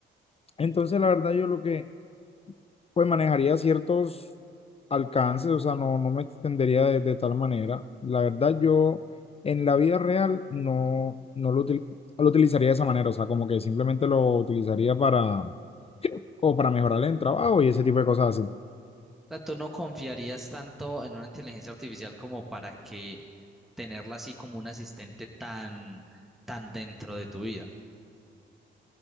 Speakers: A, on the left; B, in the centre.
A: Entonces, la verdad, yo lo que pues manejaría ciertos alcances, o sea, no, no me extendería de, de tal manera. La verdad, yo en la vida real no, no lo, util- lo utilizaría de esa manera, o sea, como que simplemente lo utilizaría para, como para mejorar el trabajo y ese tipo de cosas así.
B: sea, tú no confiarías tanto en una inteligencia artificial como para que tenerla así como un asistente tan, tan dentro de tu vida.